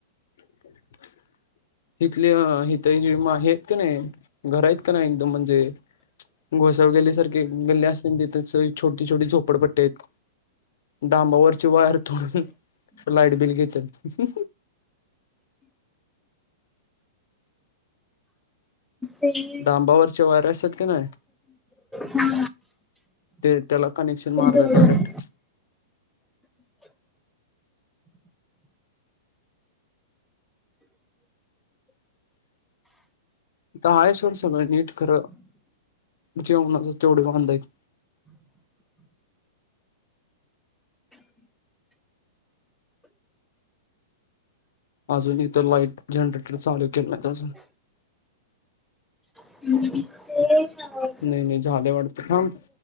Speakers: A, on the left (about 60°); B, in the centre.
A: <inaudible> इथल्या इथ हे आहेत का नयी, घर आहेत का नाही एकदम म्हणजे गोसावी गल्लीसारखी गल्ली असती न तीथ सगळी छोटी छोटी झोपडपट्टी आहेत. डांबावरची वायर तोडून लाईट बिल घेत्यात.
B: ते-
A: डांबावरचे वायर असत्यात की नाय
B: हा,
A: ते त्याला कनेक्शन
B: ते
A: मारलय
B: दोन.
A: डायरेक्ट. इथ हाय सोड सगळं नीट खरं, जेवणाच तेवढे वांद आहेत. आजुन इथ लाइट, जनरेटर चालू केलं नाहीत अजून
B: हम्म हं ते येईल ना मंग?
A: नाही नाही झालं वाटत थांब,